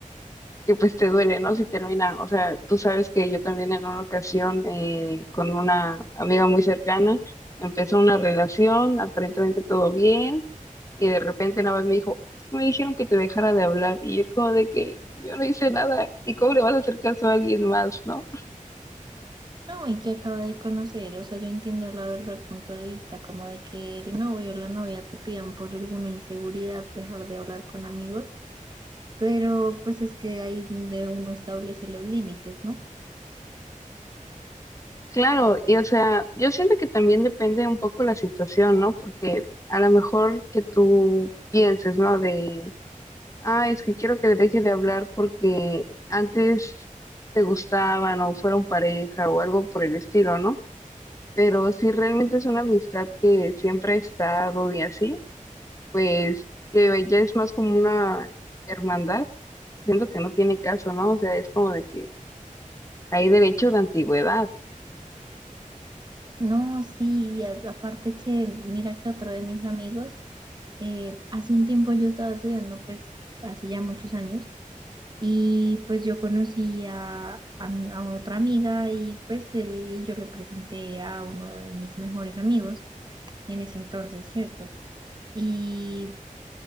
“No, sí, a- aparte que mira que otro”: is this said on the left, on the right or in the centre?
Right